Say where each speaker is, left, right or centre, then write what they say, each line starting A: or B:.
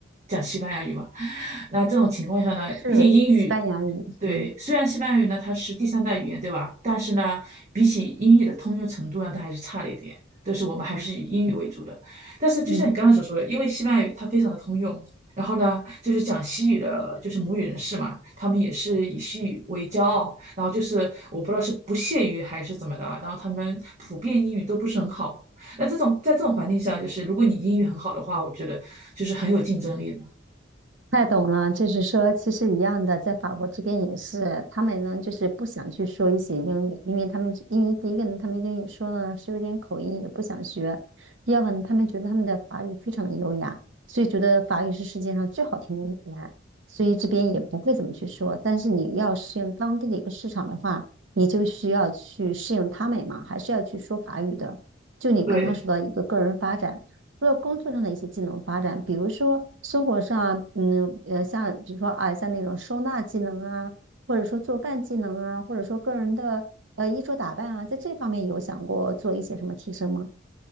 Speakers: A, on the right; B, on the right.
A: 讲西班牙语吧？<laughs> 那这种情况下呢，
B: 也是西班牙语，
A: 毕竟英语。对，
B: 嗯
A: 虽然西班牙语呢它是第三代语言，对吧？但是呢，比起英语的通用程度呢，它还是差了一点。但是我们还是以英语为主的。
B: 嗯
A: 但是就像你刚才所说的，
B: 嗯。
A: 因为西班牙语它非常的通用，然后呢，就是讲西语的，就是母语人士嘛，他们也是以西语为骄傲，然后就是我不知道是不屑于还是怎么的啊，然后他们普遍英语都不是很好。那这种在这种环境下，就是如果你英语很好的话，我觉得就是很有竞争力的。
B: 太懂了，就是说，其实一样的，在法国这边也是，他们呢就是不想去说一些英语，因为他们因为第一个呢，他们英语说的呢是有点口音，也不想学；第二个呢，他们觉得他们的法语非常的优雅，所以觉得法语是世界上最好听的语言，所以这边也不会怎么去说。但是你要适应当地的一个市场的话，你就需要去适应他们嘛，还是要去说法语的。就你刚刚说到一个个人发展。
A: 对。
B: 除了工作上的一些技能发展，比如说生活上，嗯，呃，像比如说啊，像那种收纳技能啊，或者说做饭技能啊，或者说个人的呃衣着打扮啊，在这方面有想过做一些什么提升吗？